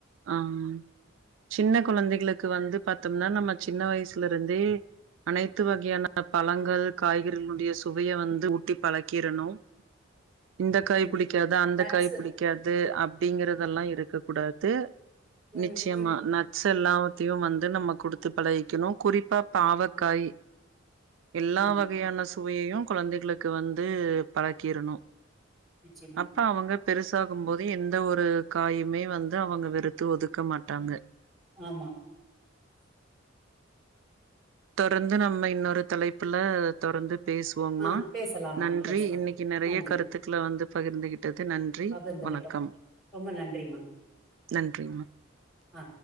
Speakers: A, on the right; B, in the centre.
A: ஆஹ் சின்ன குழந்தைகளுக்கு வந்து பாத்தோம்னா நம்ம சின்ன வயசுல இருந்தே அனைத்து வகையான பழங்கள் காய்கறிகளுடைய வைய வந்து ஊட்டி பழக்கிறணும் இந்த காய்
B: ம்
A: புடிக்காது அந்த
B: நட்ஸு
A: காய் புடிக்காது அப்படிங்கறதெல்லாம் இருக்க கூடாது
B: ம்
A: நிச்சயமா
B: ம்
A: நட்ஸ் எல்லாம் தே வந்து நம்ம குடுத்து பழகிகணு குறி அப்ப பாவக்காய்
B: ம்
A: எல்லா
B: ம்
A: வகையான சுவயையும் குழந்தைகளுக்கு வந்து பழக்கிறணு
B: நிச்சயமா
A: அப்ப அவங்க பெருஸ் தாகும் போது எந்த ஒரு காயுமே வந்து அவங்க வெறுத்து ஒதுக்க மாட்டாங்க
B: ஆமா
A: தொரர்ந்து நம்ம இன்னொரு தலைப்புல தொடர்ந்து பேசுவோங்னா
B: ஆ பேசலாம்மா
A: நன்றி
B: பேசலா
A: இன்னைக்கு நெறைய
B: நன்றி
A: கருத்துக்கள வந்து பகிர்ந்துகிட் துக் நன்றி
B: பகிர்ந்துகிட்டோ
A: வணக்கம்
B: ரொம்ப நன்றிமா
A: நன்றிமா
B: ஆ